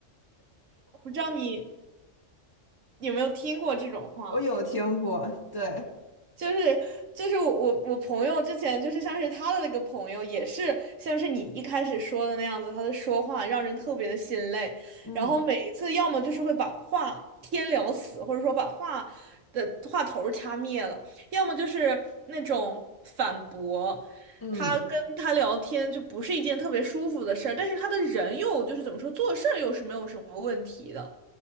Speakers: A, on the right; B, on the left.
A: 我不知道你有没有听过这种话。
B: 我有听过，对，
A: 就是就是我我我朋友之前就是像是他的那个朋友，也是像是你一开始说的那样子，他的说话让人特别的心累，
B: 嗯
A: 然后每一次要么就是会把话天聊死，或者说把话的话头儿掐灭了，要么就是那种反驳。
B: 嗯，
A: 他跟他聊天就不是一件特别舒服的事儿，但是他的人又就是怎么说，做事儿又是没有什么问题的。